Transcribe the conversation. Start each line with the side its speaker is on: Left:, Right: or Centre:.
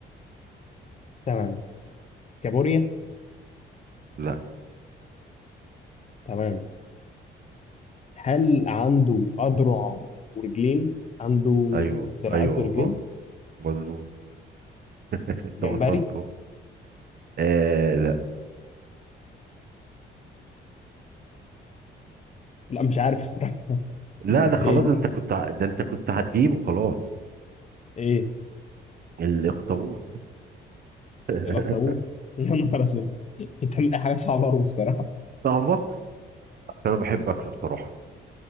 Left: تمام كابوريا؟
Right: لا
Left: تمام هل عنده أذرع ورجلين؟ عنده
Right: ايوه
Left: دراعات
Right: ايوه
Left: ورجلين؟
Right: آه، مظبوط انت
Left: جمبري؟
Right: وصلت أهو. آه لا
Left: لا مش عارف الصراحة
Right: لا
Left: <laughs>
Right: ده خلاص
Left: إيه
Right: ده انت كنت ع- ده انت كنت هتجيبه خلاص
Left: إيه
Right: الاخطبوط <laughs>
Left: الأخطبوط؟ يا نهار أسود أنت من أي حاجة صعبة أوي الصراحة
Right: صعبة بس انا بحب اكله بصراحة